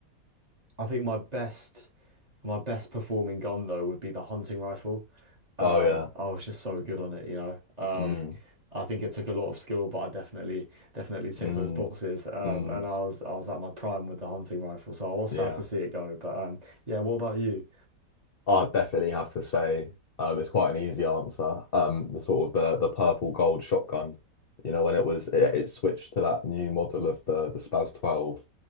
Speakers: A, on the right (about 25°); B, on the left (about 50°).
A: I think my best my best performing gun though would be the hunting rifle. Um,
B: Oh yeah.
A: I was just so good on it, you know. Um,
B: Mm,
A: I think it took a lot of skill, but I definitely definitely ticked
B: mm,
A: those boxes. Um,
B: mm,
A: and I was I was at my prime with the hunting rifle, so I was sad
B: yeah.
A: to see it go. But um, yeah, what about you?
B: i definitely have to say um, it's quite an easy answer. Um, the sort of the the purple gold shotgun, you know, when it was it, it switched to that new model of the the Spaz 12,